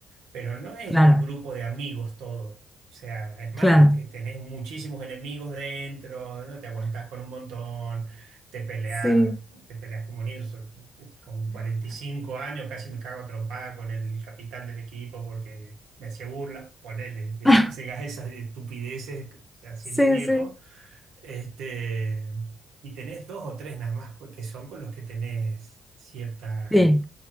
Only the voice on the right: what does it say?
pero no es
un grupo de amigos todos. O sea, es más,
te- tenés muchísimos enemigos dentro, no te aguantás con un montón, te peleás,
te peleás como un inso- Con 45 años casi me cago a trompada con el capitán del equipo porque me hacía burla, ponele, <laughs> ¿viste?
llegás a esas estupideces haciendo
un viejo
este, y tenés dos o tres nada más co- que son con los que tenés cierta